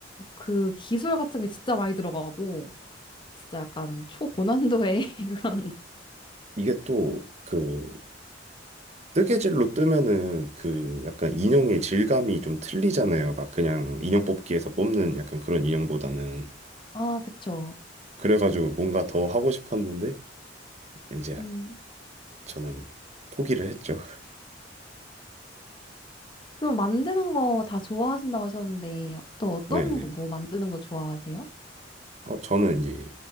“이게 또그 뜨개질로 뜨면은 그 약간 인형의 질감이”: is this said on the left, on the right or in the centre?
Right